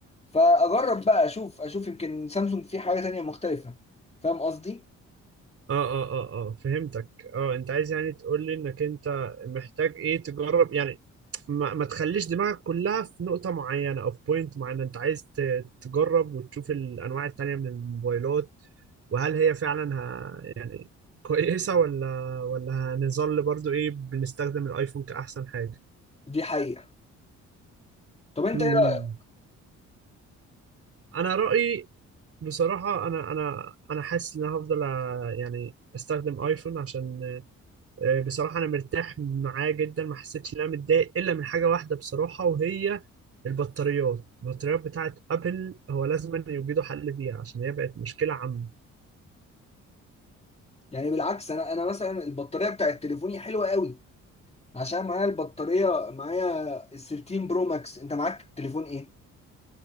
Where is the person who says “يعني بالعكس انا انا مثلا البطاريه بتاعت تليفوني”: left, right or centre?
Left